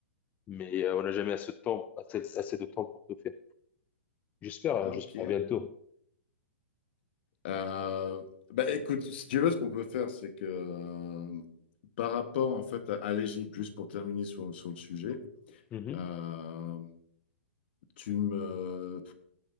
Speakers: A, on the left; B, on the left.
A: Mais euh, on n'a jamais assez de temps, assez, assez de temps pour tout faire. J'espère, euh,
B: Ah,
A: j'espère
B: ok.
A: bientôt.
B: Euh, bah, écoute, si tu veux, ce qu'on peut faire, c'est que euh, par rapport en fait à, à l'Égypte, juste pour terminer sur, sur le sujet,
A: Mhm.
B: euh, tu me...